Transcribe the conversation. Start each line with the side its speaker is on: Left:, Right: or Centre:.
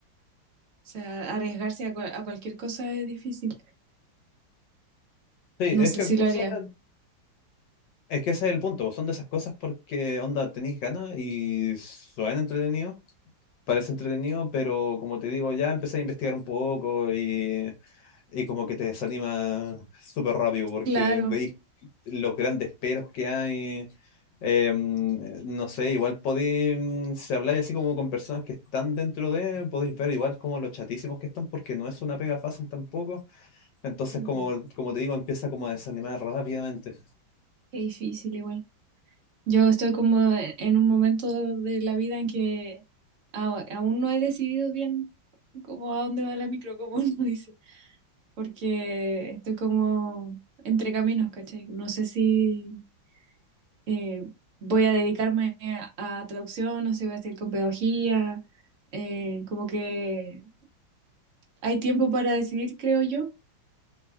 Right: sea, arriesgarse a, cual- a cualquier cosa es difícil.
Left: Sí,
Right: No
Left: es
Right: sé
Left: que
Right: si lo
Left: son-
Right: haría.
Left: es que ese es el punto, pues, son de esas cosas porque onda tenéis ganas y suena entretenido, parece entretenido, pero como te digo, ya empecé a investigar un poco y, y como que te desanima súper rápido porque
Right: Claro.
Left: veis los grandes peros que hay. Eh, no sé, igual podéis, si habláis así como con personas que están dentro de, podéis ver igual como los chatísimos que están porque no es una pega fácil tampoco. Entonces,
Right: Mm,
Left: como, como te digo, empieza como a desanimar rápidamente.
Right: qué difícil igual. Yo estoy como e-, en un momento de la vida en que a- aún no he decidido bien como a dónde va la micro, como uno <laughs> dice, porque estoy como entre caminos, ¿cachai? No sé si eh, voy a dedicarme a, a traducción, no sé si voy a seguir con pedagogía, eh, como que hay tiempo para decidir, creo yo,